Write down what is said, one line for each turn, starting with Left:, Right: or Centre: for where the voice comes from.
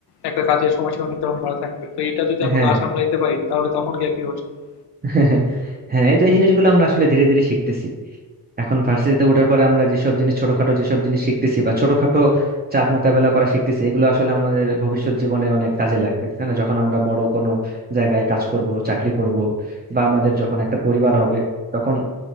Left: একটা কাজের সময়সীমা নির্ধারণ করা থাকবে তো এটা যদি আমরা
Right: হ্যাঁ
Left: না সামলাইতে পারি তাহলে তখন গিয়ে কি হবে সামলানো?
Right: <laughs> হ্যাঁ এটা এই জিনিসগুলো আমরা আসলে ধীরে ধীরে শিখতেছি এখন ভার্সিটিতে ওঠার পরে আমরা যেসব জিনিস ছোটখাটো যেসব জিনিস শিখতেছি বা ছোটখাটো চাপ মোকাবেলা করা শিখতেছি এগুলো আসলে আমাদের ভবিষ্যৎ জীবনে অনেক কাজে লাগবে তাই না যখন আমরা বড় কোনো জায়গায় কাজ করব চাকরি করব বা আমাদের যখন একটা পরিবার হবে তখন